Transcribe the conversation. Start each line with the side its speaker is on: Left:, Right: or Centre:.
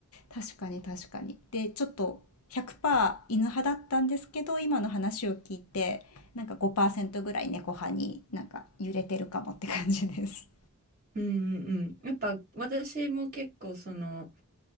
Left: 確かに確かに。で、ちょっと100%犬派だったんですけど、今の話を聞いて、なんか5%ぐらい猫派になんか揺れてるかもって感じです。
Right: うんうんうん。やっぱ私も結構その、